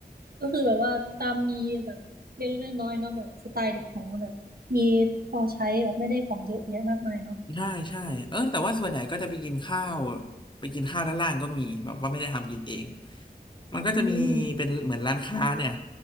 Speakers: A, on the right; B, on the left.
A: ก็คือแบบว่าตามมีแบบเล็กๆน้อยๆเนาะแบบสไตล์เด็กของเราแบบมีพอใช้แบบไม่ได้ของเยอะแยะมากมายเนาะ
B: ใช่ใช่เออแต่ว่าส่วนใหญ่ก็จะไปกินข้าวไปกินข้าวด้านล่างก็มีแบบว่าไม่ได้ทำกินเองมันก็จะมีเป็นเหมือนร้านค้าเนี่ย
A: อืม